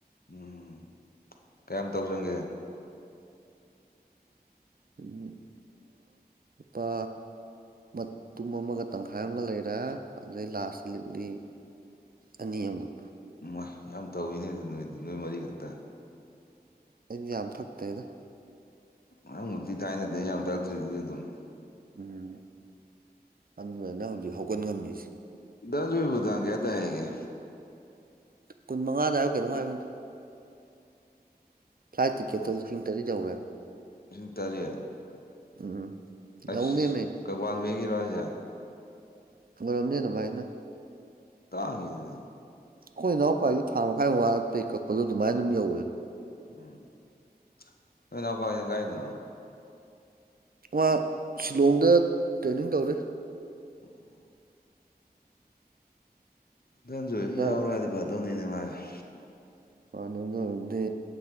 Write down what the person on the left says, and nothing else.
ꯎꯝ ꯀꯌꯥꯝ ꯇꯧꯁꯪꯒꯦ
ꯎꯃꯣꯏ ꯌꯥꯝ ꯇꯧꯋꯤꯅꯦ ꯑꯗꯨ ꯅꯣꯏꯗꯤ ꯅꯣꯏ ꯃꯔꯤꯈꯛꯇ
ꯅꯪꯃꯨꯛꯇꯤ ꯊꯥꯏꯅꯗꯩ ꯌꯥꯝ ꯊꯛꯇ꯭ꯔꯤꯗꯨꯗꯤ ꯑꯗꯨꯝ
ꯗꯅꯟꯖꯣꯢꯕꯨ ꯇꯡ ꯀꯌꯥꯗ ꯇꯥꯢ ꯍꯥꯏꯒꯦ
ꯑꯗꯨꯝ
ꯂꯤꯁꯤꯡ ꯇꯥꯔꯦꯠ
ꯑꯁ ꯀꯩ ꯋꯥꯟ ꯋꯦꯒꯤꯔꯣ ꯍꯥꯢꯖꯦ
ꯇꯥꯡꯉꯤ ꯑꯗꯨꯗꯤ
ꯎꯝ ꯅꯣꯏ ꯅꯥꯎꯄꯒꯤꯅ ꯀꯥꯏꯗꯅꯣ
ꯑꯣ ꯗꯅꯟꯖꯣꯢꯗꯨ
ꯌꯥꯎꯔꯛꯑꯗꯤ ꯐꯗꯧꯅꯤꯅꯦ ꯃꯥꯁꯦ